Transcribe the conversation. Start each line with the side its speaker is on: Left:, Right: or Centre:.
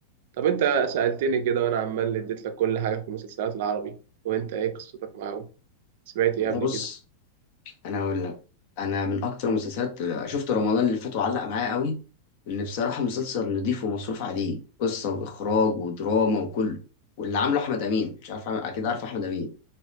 Right: طب انت سالتني كده وانا عمال اديت لك كل حاجه في المسلسلات العربي وانت ايه قصتك معاهم سمعت
Left: والله
Right: ايه قبل
Left: بص
Right: كده
Left: انا اقول لك انا من اكتر المسلسلات شفت رمضان اللي فات وعلق معايا قوي لان بصراحه مسلسل نضيف ومصروف عليه قصه واخراج ودراما وكله واللي عامله احمد امين مش عارف عامل- اكيد عارف احمد امين